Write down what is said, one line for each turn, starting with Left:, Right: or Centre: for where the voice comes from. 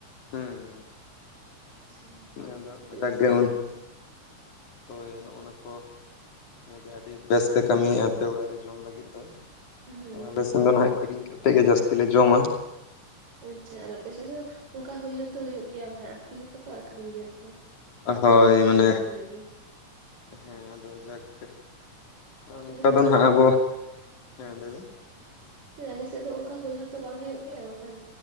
Left: ᱦᱮᱸ,
Right: ᱟᱪᱪᱷᱟ
Left: ᱟᱫᱚ
Right: ᱵᱮᱵᱽᱥᱟ
Left: ᱡᱟᱠᱜᱮ ᱩᱱ
Right: ᱞᱟᱹᱜᱤᱫ ᱛᱮ
Left: ᱦᱳᱭ, ᱱᱚᱜᱼᱚᱱᱟ ᱠᱚ ᱮ ᱟᱹᱰᱤ ᱵᱮᱥ ᱯᱮ ᱠᱟᱹᱢᱤᱭᱮᱫᱼᱟ ᱟᱯᱮ ᱚᱲᱟᱜ ᱨᱮ ᱡᱚᱢ ᱞᱟᱹᱜᱤᱫ ᱫᱚ ᱾
Right: ᱦᱳᱭ
Left: ᱟᱞᱮ ᱥᱮᱱ ᱫᱚ ᱦᱟᱸᱜ ᱠᱤᱨᱤᱧ ᱠᱟᱛᱮ ᱜᱮ ᱡᱟᱹᱥᱛᱤ ᱞᱮ ᱡᱚᱢᱟ ᱾
Right: ᱟᱪᱪᱷᱟ, ᱟᱨ ᱟᱯᱮ ᱥᱮᱫ ᱫᱚ ᱚᱱᱠᱟ ᱦᱩᱭ ᱦᱚᱸᱛᱚ ᱦᱩᱭᱩᱜ ᱜᱮᱭᱟ ᱢᱟᱱᱮ ᱟᱠᱷᱨᱤᱧ ᱦᱚᱸᱛᱚ ᱠᱚ ᱟᱠᱷᱨᱤᱧ ᱜᱮᱭᱟ ᱥᱮ? ᱢᱟᱱᱮ
Left: ᱦᱳᱭ
Right: ᱵᱟᱲᱛᱤ
Left: ᱢᱟᱱᱮ
Right: ᱦᱩᱭ ᱦᱚᱸ ᱦᱩᱭᱩᱜ ᱜᱮᱭᱟ ᱾
Left: ᱦᱮᱸ, ᱟᱫᱚ ᱡᱟᱠᱜᱮ ᱚᱱᱠᱟ
Right: ᱟᱞᱮ ᱥᱮᱫ
Left: ᱫᱚ ᱦᱟᱸᱜ
Right: ᱚᱱᱮ
Left: ᱟᱵᱚ, ᱦᱮᱸ ᱞᱟᱹᱭᱵᱤᱱ
Right: ᱟᱞᱮ ᱥᱮᱫ ᱫᱚ ᱚᱱᱠᱟ ᱦᱩᱭ ᱦᱚᱸᱛᱚ ᱵᱟᱝ ᱦᱩᱭᱩᱜ ᱜᱮᱭᱟ ᱵᱟᱠᱷᱟᱱ,